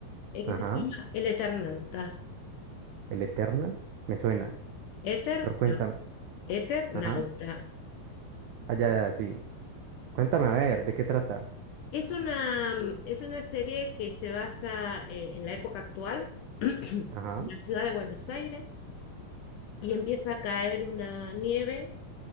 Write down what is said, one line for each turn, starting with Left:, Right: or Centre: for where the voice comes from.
Left: eh, que
Right: ajá,
Left: se llama El Eternauta.
Right: el Eternal, me suena,
Left: Eter,
Right: pero cuéntame,
Left: no, Eternauta.
Right: ajá, allá, sí, cuéntame, a ver, ¿de qué trata?
Left: Es una, mm, es una serie que se basa eh, en la época actual, <clears throat> en
Right: Ajá,
Left: la ciudad de Buenos Aires y empieza a caer una nieve